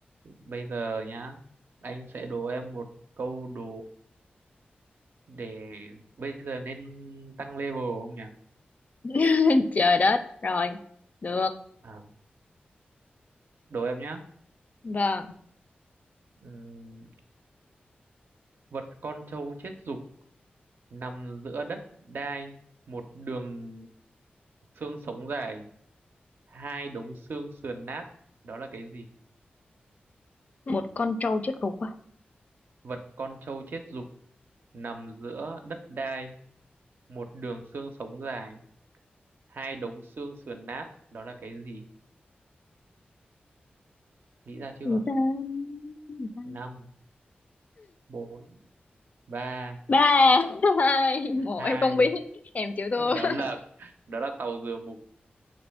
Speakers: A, on the right; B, on the left.
A: Bây giờ nhá, anh sẽ đố em một câu đố để bây giờ nên tăng level không nhỉ?
B: <laughs> trời đất rồi được
A: À, đố em nhá.
B: vâng
A: Ừm, vật con trâu chết dục nằm giữa đất đai, một đường xương sống dài, hai đống xương sườn nát. Đó là cái gì?
B: một con trâu chết ruột quá
A: Vật con trâu chết dục nằm giữa đất đai, một đường xương sống dài. hai đống xương sườn nát đó là cái gì nghĩ ra chưa
B: Gì ta? Cái gì ta?
A: năm bốn ba
B: ba <laughs> hai một
A: hai
B: em không biết em chịu thua
A: đó
B: <laughs>
A: là đó là tàu dừa mục